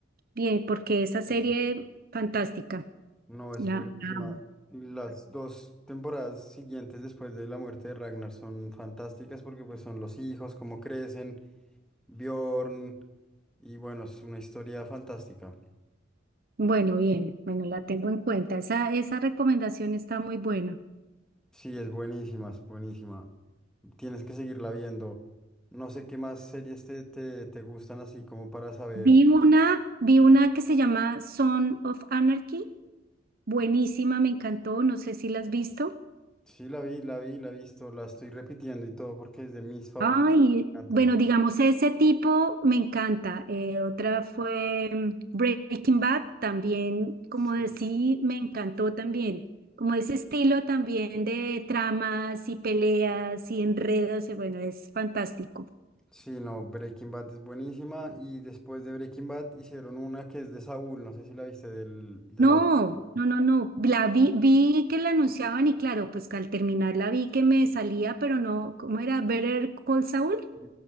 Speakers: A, on the right; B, in the centre.
A: bien, porque esa serie
B: Sí.
A: fantástica.
B: No, es
A: La
B: buenísima.
A: amo.
B: Y Las dos temporadas siguientes después de la muerte de Ragnar son fantásticas porque pues son los hijos, cómo crecen, Bjorn, y bueno, es una historia fantástica.
A: Bueno, bien, bueno, la tengo en cuenta. Esa, esa recomendación está muy buena.
B: Sí, es buenísima, es buenísima. Tienes que seguirla viendo. No sé qué más series te, te, te gustan así como para saber.
A: Vi una, vi una que se llama Son of Anarchy. Buenísima, me encantó. No sé si la has visto.
B: Sí, la vi, la vi, la he visto, la estoy repitiendo y todo porque es de mis favoritas.
A: Ay,
B: Me encanta.
A: bueno, digamos, ese tipo me encanta. Eh, otra fue mm, Breaking Bad, también, como
B: Sí,
A: decía, me encantó también. Como ese estilo también de tramas y peleas y enredos, eh, bueno, es fantástico.
B: sí, no, Breaking Bad es buenísima y después de Breaking Bad hicieron una que es de Saúl, no sé si la viste, del, de
A: No,
B: la,
A: no, no, no. La vi, vi que la anunciaban y claro, pues que al terminar la vi que me salía, pero no, ¿cómo era? ¿Better Call Saul?
B: Sí.